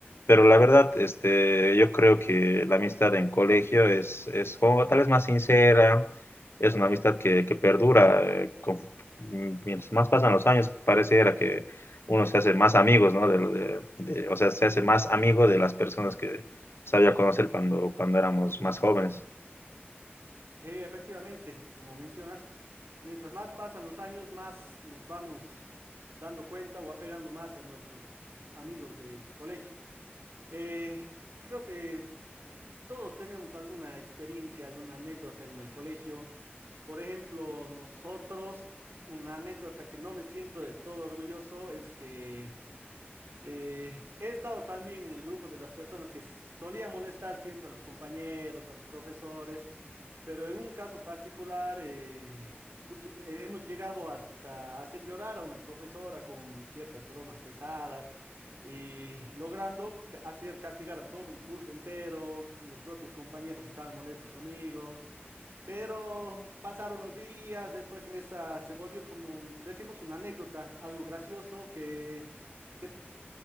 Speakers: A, on the left; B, on the right.
A: pero la verdad, este, yo creo que la amistad en colegio es, es como tal vez más sincera, es una amistad que, que perdura, eh, con- mientras más pasan los años, pareciera que uno se hace más amigos, ¿no? De, lo de- de- o sea, se hace más amigo de las personas que sabía conocer cuando, cuando éramos más jóvenes.
B: Sí, efectivamente, como mencionas, mientras más pasan los años, más nos vamos dando cuenta o apegando más a nuestros amigos de colegio. Eh, creo que todos tenemos alguna experiencia, alguna anécdota en el colegio Por ejemplo, nosotros, una anécdota que no me siento del todo orgulloso es que eh, he estado también en el grupo de las personas que solían molestar siempre a los compañeros, a los profesores, pero en un caso particular eh, pucha, eh, hemos llegado hasta hacer llorar a una profesora con ciertas bromas pesadas y logrando ca- hacer castigar a todo un curso entero, los propios compañeros estaban molestos conmigo. Pero pasaron los días, después esa se volvió como, decimos, una anécdota, algo gracioso que, que